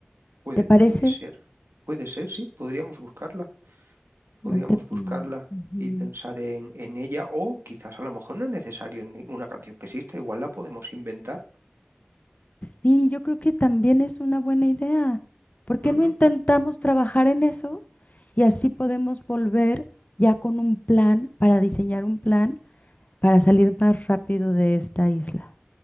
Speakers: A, on the right; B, on the left.
A: Puede,
B: ¿te parece?
A: puede ser. Puede ser, sí. Podríamos buscarla. Podríamos
B: Lente,
A: buscarla
B: mm, ujú.
A: y pensar en, en ella. O quizás a lo mejor no es necesario ni una canción que exista. Igual la podemos inventar.
B: Y yo creo que también es una buena idea. ¿Por qué
A: Mm,
B: no
A: mm,
B: intentamos
A: mm.
B: trabajar en eso? Y así podemos volver ya con un plan para diseñar un plan para salir más rápido de esta isla.